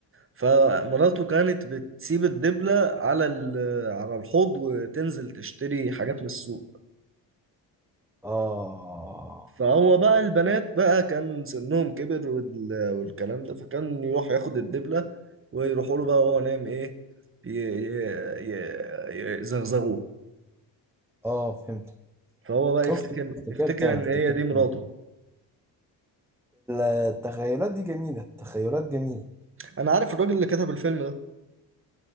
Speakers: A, on the right; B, in the centre.
A: فمراته كانت بتسيب الدبله على ال... على الحوض وتنزل تشتري حاجات من السوق
B: اه
A: فهو بقى البنات بقى كان سنهم كبر وال... والكلام ده فكان يروح ياخد الدبله ويروحوا له بقى وهو نايم ايه ي... ي... ي... يزغزغوه
B: اه فهمت
A: فهو بقى
B: شفت
A: يفتكر
B: افتكرت
A: يفتكر
B: انا
A: ان
B: افتكرت
A: هي دي مراته
B: أنا. التخيلات دي جميلة التخيلات جميلة
A: انا عارف الراجل اللي كتب الفيلم ده